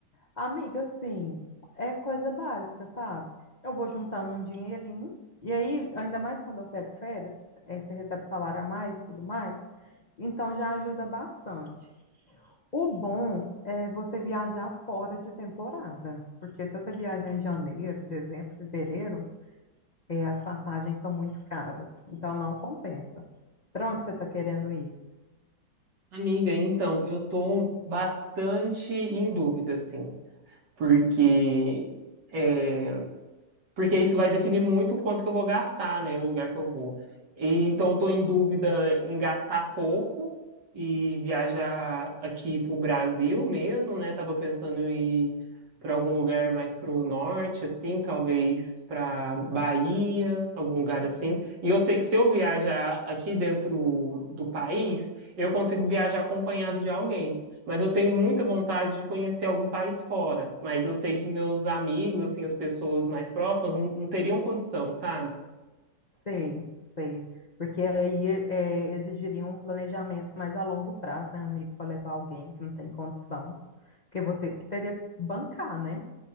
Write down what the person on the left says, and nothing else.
Amiga, assim, é coisa básica, sabe? Eu vou juntando um dinheirinho, e aí, ainda mais quando eu pego férias, eh, você recebe salário a mais, tudo mais, então já ajuda bastante. O bom é você viajar fora de temporada, porque se você viajar em janeiro, dezembro, fevereiro, E as passagens são muito caras, então não compensa. Para onde você está querendo ir?
Sei, sei. Porque aí é, é, exigiria um planejamento mais a longo prazo, né, amigo, para levar alguém que não tem condição, porque você que teria que bancar, né?